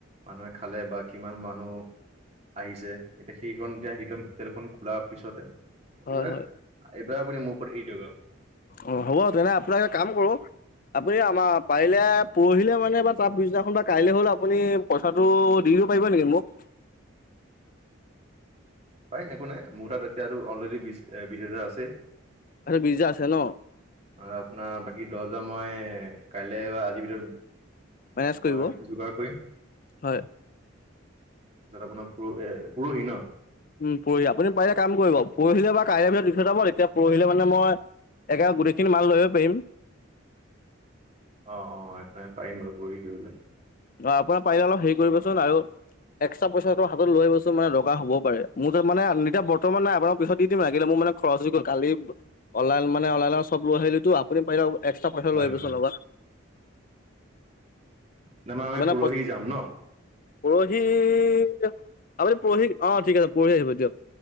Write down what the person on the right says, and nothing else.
মানুহে খালে বা কিমান মানুহ আহিছে এতিয়া সেইখন এতিয়া সেইটো আমি হোটেলখন খোলাৰ পিছতে
এইবিলাক
এইবাৰ আপুনি মোৰ ওপৰত এৰি দিয়ক আৰু।
পাৰিম একো নাই মোৰ তাত এতিয়া আৰু অলৰেডি বিশ বিশ হেজাৰ আছে।
আৰু আপোনাৰ বাকী দৰ্জা মই কাইলৈ বা আজিৰ ভিতৰত।
মই যোগাৰ কৰিম
য'ত আপোনাৰ এ পৰহি নহ।
অ অ এক পাৰিম বাৰু পৰহি দিবলৈ।
হয়
হয়।
<unintelligible> <unintelligible> আমি
পৰহি যাম নহ।